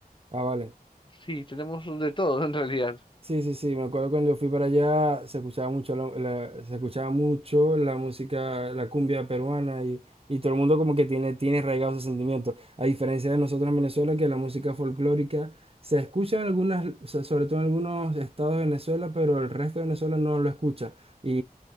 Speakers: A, on the right; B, on the left.
A: Ah, vale.
B: Sí, tenemos de todo en realidad,
A: Sí, sí, sí, me acuerdo cuando fui para allá se escuchaba mucho la, la- se escuchaba mucho la música, la cumbia peruana y, y todo el mundo como que tiene, tiene arraigado ese sentimiento. A diferencia de nosotros en Venezuela, que la música folclórica se escucha en algunas, so- sobre todo en algunos estados de Venezuela, pero el resto de Venezuela no lo escucha. Y,